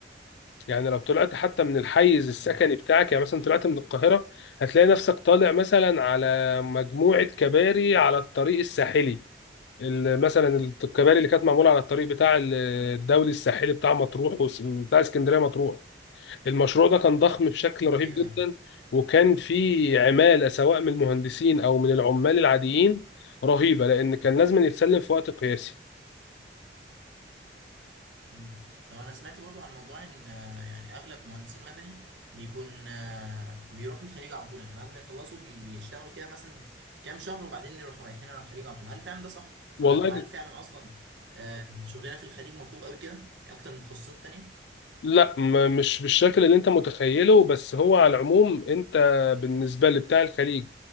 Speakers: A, on the left; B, on the right.
A: يعني لو طلعت حتى من الحيز السكني
B: امم
A: بتاعك يعني مثلا طلعت من القاهرة هتلاقي نفسك طالع مثلا على مجموعة كباري على الطريق الساحلي ال- مثلا الكباري اللي كانت معمولة على الطريق بتاع ال- الدولي الساحلي بتاع مطروح وس- بتاع اسكندرية مطروح المشروع ده كان ضخم بشكل رهيب
B: ايوه
A: جدا
B: ايوه
A: وكان فيه عمالة سواء من المهندسين أو من العمال العاديين رهيبة لأن كان لازم يتسلم في وقت قياسي
B: امم طب انا سمعت برضو عن موضوع ان آه، يعني اغلب مهندسين مدني بيكون آه، بيروحوا الخليج على طول يعني بعد ما يخلصوا بيشتغلوا كده مثلا كام شهر وبعدين يروحوا رايحين على الخليج على طول هل فعلا ده صح
A: والله
B: آه، وهل فعلا اصلا آه، شغلنا في الخليج مطلوب قوي كده يعني اكتر من تخصصات تانية
A: لا م- مش بالشكل اللي انت متخيله بس هو على العموم انت بالنسبه لبتاع الخليج